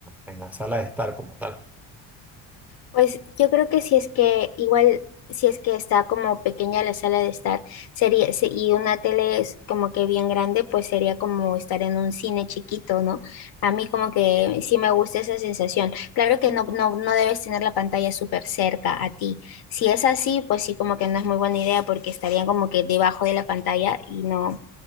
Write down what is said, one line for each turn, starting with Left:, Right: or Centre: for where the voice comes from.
Centre: en la sala de estar como tal.
Left: Pues yo creo que si es que igual, si es que está como pequeña la sala de estar, sería, se- y una tele es como que bien grande, pues sería como estar en un cine chiquito, ¿no? A mí como que sí me gusta esa sensación. Claro que no, no, no debes tener la pantalla súper cerca a ti. Si es así, pues sí como que no es muy buena idea porque estarían como que debajo de la pantalla y no